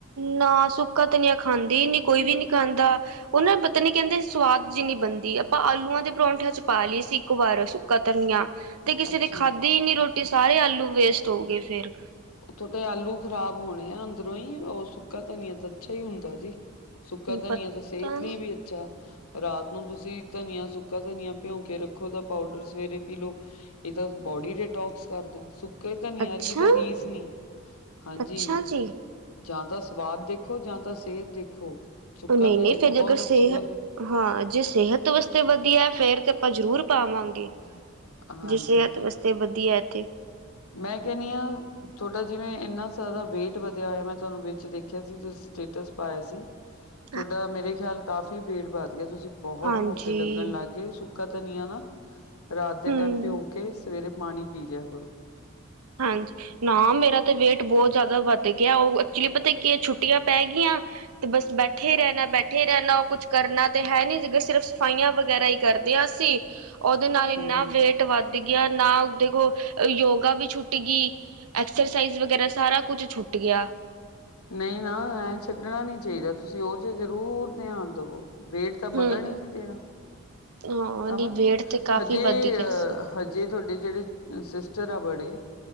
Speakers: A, on the right; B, on the left.
A: ਨਾ ਸੁੱਕਾ ਤਨਿਆ ਖਾਂਦੀ ਹੀ ਨੀ, ਕੋਈ ਵੀ ਨੀ ਖਾਂਦਾ। ਉਹ ਨਾ ਪਤਾ ਨੀ ਕਹਿੰਦੇ, ਸਵਾਦ ਜਿ ਨੀ ਬਣਦੀ ਆਪਾਂ ਆਲੂਆਂ ਦੇ ਪਰੌਂਠਿਆਂ 'ਚ ਪਾ ਲਈਏ ਸੀ ਇੱਕ ਵਾਰ, ਸੁ ਤਨੀਆਂ, ਤੇ ਕਿਸੇ
B: ਅੱਛਾ।
A: ਨੇ ਖਾਧੀ ਨੀ ਰੋਟੀ, ਸਾਰੇ ਆਲੂ ਵੇਸਟ ਹੋ ਗਏ ਫੇਿਰ।
B: ਤੁਹਾਡੇ ਆਲੂ ਖਰਾਬ ਹੋਣੇ ਆ ਅੰਦਰੋਂ ਈ, ਓ ਸੁੱਕਾ ਧਨੀਆ ਤਾਂ ਅੱਛਾ ਈ ਹੁੰਦਾ ਜੀ। ਸੁੱਕਾ ਧਨੀਆ
A: ਪਤਾ
B: ਤਾਂ ਸੇਹਤ
A: ਨੀ
B: ਲਈ ਈ, ਵੀ, ਏ ਅੱਛਾ, ਰਾਤ ਨੂੰ ਤੁਸੀਂ ਧਨੀਆ, ਸੁੱਕਾ ਧਨੀਆ, ਭਿਉਂ ਕੇ ਰੱਖੋ, ਤਾਂ ਪਾਊਡਰ ਸਵੇਰੇ ਪੀ ਲਓ ਏ ਤਾਂ ਬੋਡੀ ਡੀਟੋਕਸ ਕਰਦਾ ਸੁੱਕੇ ਧਨੀਏ
A: ਅੱਛਾ,
B: ਵਰਗੀ ਤਾਂ ਰੀਸ ਨੀ, ਹਾਂਜੀ।
A: ਅੱਛਾ ਜੀ।
B: ਜਾਂ ਤਾਂ ਸਵਾਦ ਦੇਖੋ, ਜਾਂ ਤਾਂ ਸੇਤ ਦੇਖੋ। ਸੁੱਕਾ
A: ਨਈ-ਨਈ,
B: ਧਨੀਆ
A: ਫੇਰ
B: ਤਾਂ ਬਹੁਤ
A: ਜੇ ਅਗਰ ਸੇਹ
B: ਅੱਛੀ ਗੱਲ
A: ਹਾਂ ਜੇ ਸੇਹਤ ਵਾਸਤੇ ਵਧੀਆ, ਫੇਰ ਤੇ ਆਪਾਂ ਜ਼ਰੂਰ ਪਾਵਾਂਗੇ
B: ਹਾਂਜੀ
A: ਜੇ ਸੇਤ ਵਾਸਤੇ ਵਧੀਆ ਏ ਤੇ
B: ਮੈਂ ਕੇਨੀ ਆ, ਤੁਆਡਾ ਜਿਵੇਂ ਏਨਾ ਸਾਰਾ ਵੇਟ ਵਧੇਆ ਹੋਏਆ, ਮੈਂ ਤਾਨੂੰ ਵਿੱਚ ਦੇਖਿਆ ਸੀ ਤੁਸੀਂ ਤੇ ਸਟੇਟਸ ਪਾਇਆ ਸੀ।
A: <inaudible>
B: ਥੋਡਾ ਮੇਰੇ ਖਿਆਲ ਕਾਫ਼ੀ ਵੇਟ ਵੱਧ ਗੇਆ, ਤੁਸੀਂ ਬੋਹਤ
A: ਹਾਂਜੀ
B: ਮੋਟੇ ਲੱਗਣ ਲੱਗ ਗਏ ਸੁੱਕਾ ਧਨੀਆ ਆ ਨਾ ਰਾਤ ਦੇ
A: ਹੂੰ
B: ਟਾਈਮ ਭਿਉ ਕੇ, ਸਵੇਰੇ ਪਾਣੀ ਪੀ ਲਿਆ ਕਰੋ ‌
A: ਹਾਂਜੀ, ਨਾ ਮੇਰਾ ਤੇ ਵੇਟ ਬੋਤ ਜਾਦਾ ਵੱਧ ਗੇਆ ਓ, ਐਕਚੁਲੀ ਪਤਾ ਕੀ ਏ ਛੁੱਟੀਆਂ ਪੈ ਗੀਆਂ ਤੇ ਬਸ ਬੈਠੇ ਰੈਣਾ- ਬੈਠੇ ਰੈਣਾ, ਕੁੱਛ ਕਰਨਾ ਤੇ ਹੈ ਨੀ, ਜੀਦਾ ਸਿਰਫ ਸਫਾਈਆਂ ਵਗੈਰਾ ਈ ਕਰਦੇ ਆ ਅਸੀਂ ਓਦੇ ਨਾਲ ਇੰਨਾ
B: ਹੂੰ ਹੂੰ
A: ਵੇਟ ਵੱਧ ਗੇਆ, ਨਾ ਦੇਖੋ ਯੋਗਾ ਵੀ ਛੁੱ ਛੁੱਟ ਗਈ, ਐਕਸਰਸਾਈਜ਼ ਵਗੈਰਾ ਸਾਰਾ ਕੁੱਛ ਛੁੱਟ ਗੇਆ
B: ਨਹੀਂ ਨਾ ਐਂ ਨਾ ਛੱਡਣਾ ਨਈ ਚਾਈਦਾ, ਤੁਸੀਂ ਓ ਚ ਜ਼ਰੂਰ ਧਿਆਨ ਦਵੋ ਵੇਟ ਤਾ
A: ਹੂੰ,
B: ਬਦਨ ਈ ਨਈ ਦੇਣਾ,
A: ਹਾਂ
B: ਸਮਝ
A: ਨੀ ਵੇਟ
B: ਗਏ ਨਾ,
A: ਤੇ ਕਾਫ਼ੀ
B: ਹਜੇ
A: ਵੱਧ ਗਿਆ
B: ਅ
A: ਸੀ।
B: ਏ ਤੁਆਡੇ ਜੇੜੇ ਸਿਸਟਰ ਆ ਬੜੇ